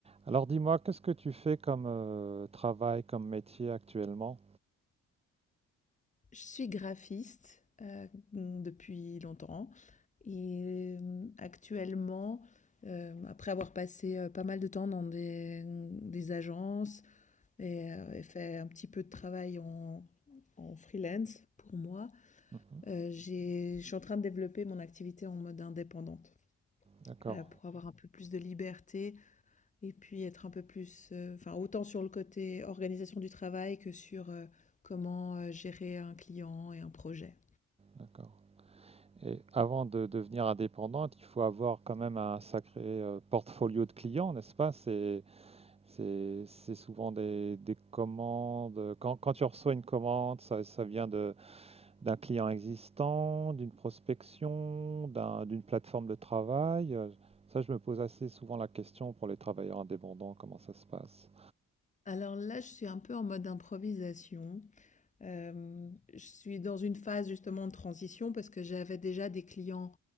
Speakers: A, on the right; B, on the left.
A: Alors dis-moi, qu'est-ce que tu fais comme euh, travail, comme métier actuellement?
B: Je suis graphiste euh, depuis longtemps et euh, actuellement, euh, après avoir passé euh, pas mal de temps dans des, des agences et, euh, et fait un petit peu de travail en, en freelance pour moi,
A: Mhm.
B: euh, j'ai- je suis en train de développer mon activité en mode indépendante
A: D'accord,
B: euh, pour avoir un peu plus de liberté et puis être un peu plus, euh, enfin autant sur le côté organisation du travail que sur euh, comment euh, gérer un client et un projet.
A: d'accord. Et avant de devenir indépendante, il faut avoir quand même un sacré euh, portfolio de clients, n'est-ce pas? C'est, c'est, c'est souvent des, des commandes. Quand, quand tu reçois une commande, ça, ça vient de, d'un client existant, d'une prospection, d'un- d'une plateforme de travail. Euh, Ça, je me pose assez souvent la question pour les travailleurs indépendants, comment ça se passe?
B: Alors là, je suis un peu en mode improvisation. Hem, je suis dans une phase justement de transition parce que j'avais déjà des clients,